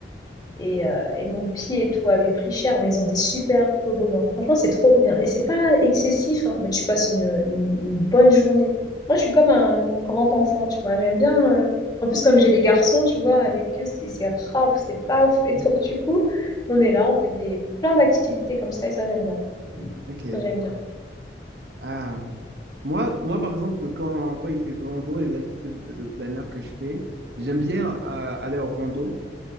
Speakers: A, on the left (about 20°); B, on the right (about 65°).
A: et, euh, et mon pied et tout avait pris cher, mais ils ont des super toboggans. Franchement, c'est trop bien. Et c'est pas excessif, hein, mais tu passes une, une, une bonne journée. Moi, je suis comme un grand enfant, tu vois. J'aime bien. euh, En plus, comme j'ai des garçons, tu vois, avec eux, c'est c'est raf, c'est paf. Et donc, du coup, on est là, on fait des plein d'activités comme ça, et ça, j'aime bien.
B: Ok.
A: Ça, J'aime bien.
B: Ah. Moi, moi, par exemple, que quand, quand il fait vraiment beau, les activités de, de plein air que je fais, j'aime bien euh, aller en rando.